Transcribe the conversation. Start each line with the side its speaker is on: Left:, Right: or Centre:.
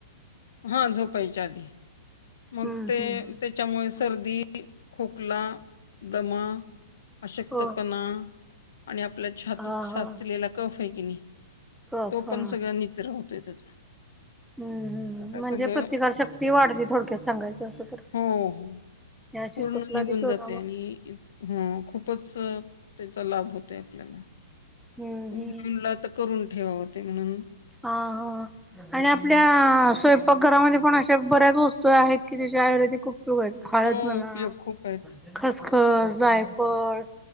Left: हा झोपायच्या आधी मग
Centre: हम्म
Left: ते
Centre: हम्म
Left: त्याच्यामुळे सर्दी खोकला, दमा, अशक्तपणा
Centre: हो
Left: आणि आपल्या छातीत
Centre: हा
Left: साचलेला
Centre: हा
Left: कफ आहे की नाही
Centre: कफ
Left: तो पण
Centre: हा
Left: सगळ निचरा होतोय त्याचा
Centre: हम्म हम्म
Left: असं
Centre: म्हणजे
Left: सगळं
Centre: प्रतिकारशक्ती वाढते थोडक्यात सांगायचं असं तर
Left: हो हो
Centre: या शीतोपलादी
Left: पूर्ण निघून
Centre: चूर्णामुळे
Left: जाते आणि हम्म खूपच त्याचा लाभ होतय आपल्याला.
Centre: हम्म
Left: मग
Centre: हम्म
Left: म्हणला तर करून ठेवावते म्हणून
Centre: आ हा. आणि आपल्या स्वयंपाक घरामध्ये पण अशा बऱ्याच वस्तू आहेत की ज्याच्या आयुर्वेदिक खूप <unintelligible> हळद
Left: हो
Centre: म्हणा
Left: उपयोग खूप आहेत
Centre: खसखस, जायफळ